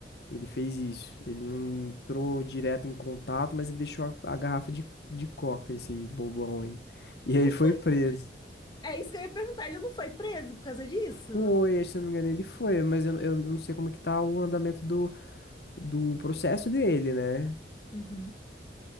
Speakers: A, on the left; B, on the left.
A: Ele fez isso. Ele não entrou direto em contato, mas ele deixou a, a garrafa de, de coca, esse bobão aí. E
B: Não
A: aí ele foi
B: foi.
A: preso.
B: É isso que eu ia perguntar. Ele não foi preso por causa disso?
A: Foi, se eu não me engano, ele foi, mas eu, eu não sei como é que tá o andamento do, do processo dele, né?
B: Uhum.